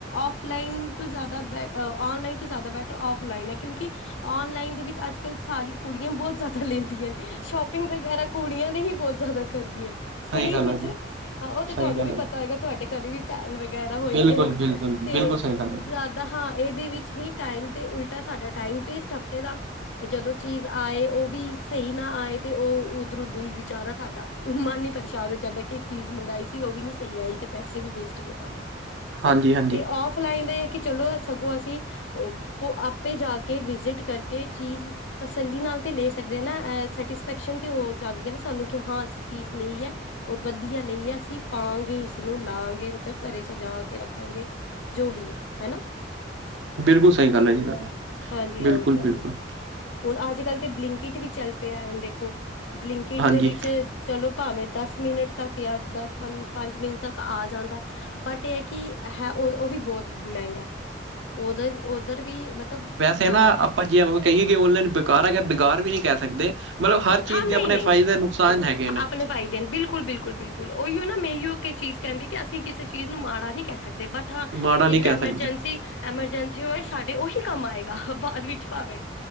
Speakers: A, on the left (about 75°); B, on the right (about 70°).
A: ਔਫਲਾਈਨ ਤੋਂ ਜ਼ਿਆਦਾ ਬੇ ਔਨਲਾਈਨ ਤੋਂ ਜ਼ਿਆਦਾ ਬੈਟਰ ਔਫਲਾਈਨ ਹੈ, ਕਿਉਕਿ? ਕਿਉਂਕਿ ਔਨਲਾਈਨ ਦੇ ਵਿੱਚ ਅੱਜ ਕੱਲ੍ਹ ਸਾਰੀਆਂ ਕੁੜੀਆਂ ਬਹੁਤ ਜ਼ਿਆਦਾ ਲੈਂਦੀਆਂ ਨੇ। ਸ਼ੋਪਿੰਗ ਵਗੈਰਾ ਕੁੜੀਆਂ ਦੇ ਹੀ ਬਹੁਤ ਜ਼ਿਆਦਾ। ਕਰਦੀ ਹੈ ਸਹੀ
B: ਗੱਲ
A: ਵਿੱਚ
B: ਹੈ ਜੀ,
A: ਹਾਂ ਉਹ ਤੇ
B: ਸਹੀ
A: ਤੁਹਾਨੂੰ
B: ਗੱਲ
A: ਵੀ
B: ਹੈ ਜੀ।
A: ਪਤਾ ਹੋਏਗਾ, ਤੁਹਾਡੇ ਘਰੇ ਵੀ। ਭੈਣ ਵਗੈਰਾ ਹੋਏਗੀ
B: ਬਿਲਕੁਲ,
A: ਹੈਨਾ,
B: ਬਿਲਕੁਲ,
A: ਤੇ
B: ਬਿਲਕੁਲ ਸਹੀ ਗੱਲ ਹੈ ਜੀ।
A: ਜ਼ਿਆਦਾ ਹਾਂ ਇਹਦੇ ਵਿੱਚ ਹੀ ਟਾਈਮ ਤੇ ਉਲਟਾ ਸਾਡਾ ਟਾਈਮ ਤੇ ਇਸ ਹਫਤੇ ਦਾ, ਤੇ ਜਦੋਂ ਚੀਜ਼ ਆਏ ਉਹ ਵੀ ਸਹੀ ਨਾ ਆਏ ਤੇ ਉਹ ਉਧਰੋਂ ਦਿਲ ਵਿਚਾਰ ਐ ਸਾਡਾ, ਮਨ ਹੀ ਪਰੇਸ਼ਾਨ ਹੋ ਜਾਂਦਾ ਕਿ ਚੀਜ਼ ਮੰਗਾਈ ਸੀ, ਔ ਵੀ ਨੀ ਸਹੀ ਆਈ ਤੇ ਪੈਸੇ ਵੀ ਵੇਸਟ ਗਏ। ਸਾਡੇ
B: ਹਾਂਜੀ, ਹਾਂਜੀ
A: ਤੇ ਔਫਲਾਈਨ ਏ। ਕਿ ਚਲੋ ਸਗੋਂ ਅਸੀਂ, ਕੋ ਆਪੇ ਜਾ ਕੇ। ਜਾਂ ਕੇ ਵਿਜਿਟ ਕਰਕੇ ਚੀਜ਼ ਤਸੱਲੀ ਨਾਲ ਤੇ ਲੈ ਸਕਦੇ ਨਾ, ਅਹ ਸੈਟਿਸਫੈਕਸ਼ਨ ਤੇ ਹੋ ਜਾਂਦੀ ਹੈ ਨਾ। ਤੁਹਾਨੂੰ ਕਿ ਹਾਂ ਅਸੀਂ ਚੀਜ਼ ਲਈ ਹੈ, ਔਰ ਵਧੀਆ ਲਈ ਹੈ, ਅਸੀਂ ਪਾਗੇ ਇਸਨੂੰ ਲਾਗੇ ਇਹਨੂੰ ਤਾਂ ਘਰੇ। ਸਜਾ ਕੇ ਰੱਖਾਂਗੇ, ਜੋ ਵੀ ਹੈ ਹੈਨਾ।
B: ਬਿਲਕੁਲ ਸਹੀ ਗੱਲ ਹੈ ਜੀ ਤੁਹਾਡੀ।
A: ਹਾਂਜੀ
B: ਬਿਲਕੁਲ,
A: ਹਾਂਜੀ ਹਾਂਜੀ
B: ਬਿਲਕੁਲ
A: ਹੁਣ ਅੱਜ ਕੱਲ੍ਹ ਤੇ ਬਲਿੰਕਿਟ ਵੀ ਚੱਲ ਪਿਆ ਹੈ, ਹੁਣ ਦੇਖੋ? ਬਲਿੰਕਿਟ
B: ਹਾਂਜੀ।
A: ਦੇ ਵਿੱਚ ਚਲੋ ਭਾਵੇਂ। ਦਸ ਮਿੰਟ ਤੱਕ, ਜਾਂ ਦਸ ਪੰਜ ਮਿੰਟ ਤੱਕ, ਆ ਜਾਂਦਾ, ਬਟ ਇਹ ਹੈ ਕਿ ਹੈ ਔ, ਔ ਵੀ। ਵੀ ਬਹੁਤ ਮਹਿੰਗਾ ਹੈ ਉਧਰ-ਉਧਰ ਵੀ ਮਤਲਬ।
B: ਤੇ
A: ਹਾਂ
B: ਨਾ ਆਪਾਂ ਜੇ ਆਪਾਂ ਕਹੀਏ ਔਨਲਾਈਨ ਬੇਕਾਰ ਹੈਗਾ ਬੇਕਾਰ ਵੀ ਨੀ ਕਹਿ ਸਕਦੇ। ਮਤਲਬ ਹਰ ਚੀਜ਼
A: ਹਾਂ ਨਹੀਂ-ਨਹੀਂ
B: ਦੇ ਆਪਣੇ ਫਾਇਦੇ ਨੁਕਸਾਨ ਹੈਗੇ ਨੇ,
A: ਆਪਣੇ ਭਾਈ ਦੇਣ ਬਿਲਕੁਲ-ਬਿਲਕੁਲ-ਬਿਲਕੁਲ ਉਹੀ ਨਾ। ਮੇਰੀ ਉਹ ਇੱਕ ਚੀਜ਼ ਕਹਿੰਦੀ ਕਿ ਅਸੀਂ ਕਿਸੇ ਚੀਜ਼ ਨੂੰ ਮਾੜਾ ਨਹੀਂ ਕਹੇ। ਸਕਦੇ ਬਟ ਹਾਂ
B: ਮਾੜਾ
A: ਕਿੱਧਰ
B: ਨਹੀਂ ਕਹਿ
A: ਐਮਰਜੈਂਸੀ-ਐਮਰਜੈਂਸੀ
B: ਸਕਦੇ।
A: ਹੋਵੇ ਸਾਡੇ ਉਹੀ ਕੰਮ ਆਏਗਾ ਬਾਅਦ ਵਿੱਚ ਭਾਵੇਂ।